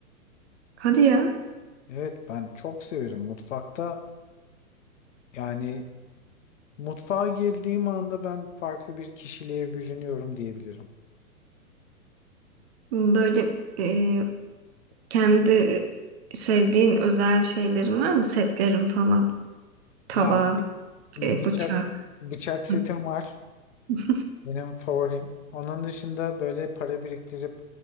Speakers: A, on the right (about 45°); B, on the left (about 55°).
A: Hadi ya.
B: Evet ben çok severim mutfakta. Yani mutfağa girdiğim anda ben farklı bir kişiliğe bürünüyorum diyebilirim.
A: Böyle e, kendi sevdiğin özel şeylerin var mı? Setlerin falan. Tava,
B: Ya bıçak
A: e, bıçak.
B: bıçak setim
A: Hı.
B: var.
A: <laughs>
B: Benim favorim. Onun dışında böyle para biriktirip